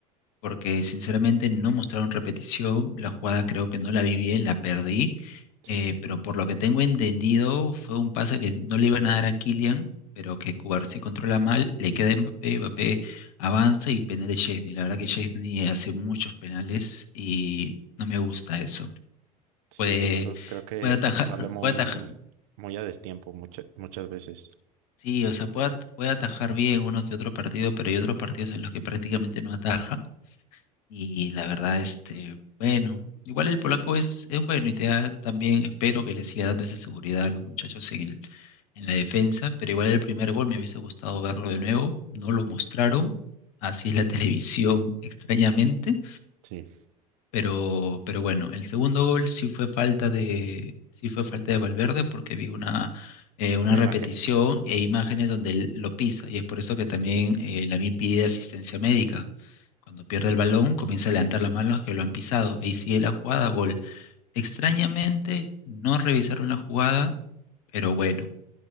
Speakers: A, on the left; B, on the right.
A: porque sinceramente no mostraron repetición, la jugada creo que no la vi bien, la perdí,
B: Sí,
A: eh, pero por lo que tengo entendido fue un pase que no le iban a dar a Kylian, pero que Cubarsí controla mal, le queda a Mbappé, Mbappé avanza y penal de Chesney. La verdad que Chesney hace muchos penales y no me gusta eso.
B: sí,
A: Puede,
B: justo creo que
A: puede atajar,
B: sale muy,
A: puede atajar
B: muy a destiempo muchas muchas veces.
A: Sí, o sea, puede, at- puede atajar bien uno que otro partido, pero hay otros partidos en los que prácticamente no ataja. Y la verdad, este, bueno, igual el polaco es, es bueno y te da también, espero que le siga dando esa seguridad a los muchachos en el, en la defensa, pero igual el primer gol me hubiese gustado verlo de nuevo, no lo mostraron, así es la <laughs> televisión extrañamente,
B: Sí,
A: pero, pero bueno, el segundo gol sí fue falta de, sí fue falta de Valverde porque vi una, eh, una
B: una
A: repetición
B: imagen.
A: e imágenes donde él lo pisa y es por eso que también eh, Lamine pide asistencia médica. Cuando pierde el balón, comienza a
B: Sí.
A: levantar las manos que lo han pisado y sigue la jugada, gol. Extrañamente no revisaron la jugada, pero bueno,